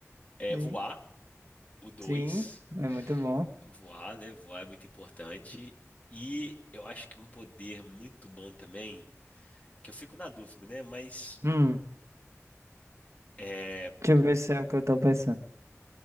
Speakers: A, on the left; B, on the right.
A: É
B: Sim.
A: voar, o dois
B: Sim. É muito bom.
A: Voar, né? Voar é muito importante. E eu acho que um poder muito bom também, que eu fico na dúvida, né? Mas
B: Hum.
A: é,
B: Deixa eu ver se é o que eu tô pensando.